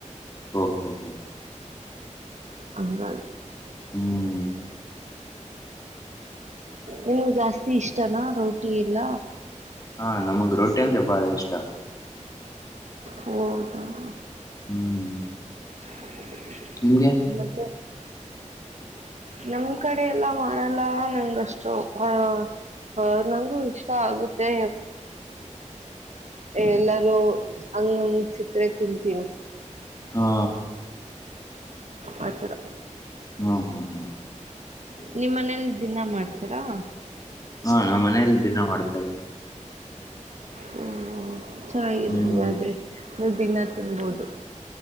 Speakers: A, on the left (about 25°); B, on the right (about 60°).
A: ಹ್ಮ ಹ್ಮ್ ಹ್ಮ
B: ಹಂಗಾಗಿ
A: ಹ್ಮ್
B: ನೀ ಜಾಸ್ತಿ ಇಷ್ಟನಾ ರೋಟಿ ಎಲ್ಲ
A: ಹಾ ನಮಗ್ ರೋಟಿ ಅಂದ್ರೆ ಬಾಳ ಇಷ್ಟ
B: ಹೌದಾ <unintelligible>
A: ಹ್ಮ್
B: ಹ್ಮ
A: ನಿಮ್ಗೆ
B: <unintelligible> ಮತ್ತೆ ನಮ್ ಕಡೆ ಎಲ್ಲ ಮಾಡಲ್ಲ ನಂಗಷ್ಟು ಅ ಅ ನಂಗು ಇಷ್ಟ ಆಗುತ್ತೆ ಎಲ್ಲರೂ ಹಂಗಂಗ ಸಕ್ಕ್ರೆ ತಿಂತೀನಿ
A: ಹಾ
B: ಆಯ್ತರಾ
A: ಹ್ಮ ಹ್ಮ ಹಾ
B: ನಿಮ್ಮ್ ಮನೇಲಿ ದಿನಾ ಮಾಡ್ತಾರಾ
A: ಹಾ ನಮ್ಮ್ ಮನೆಯಲ್ಲಿ ದಿನ ಮಾಡ್ತಾರೆ
B: ಹ್ಮ್ ಚೆನ್ನಾಗಿ
A: ಹ್ಮ್
B: ಆದಾದ್ರೆ ನ ದಿನ ತಿನ್ಬೋದು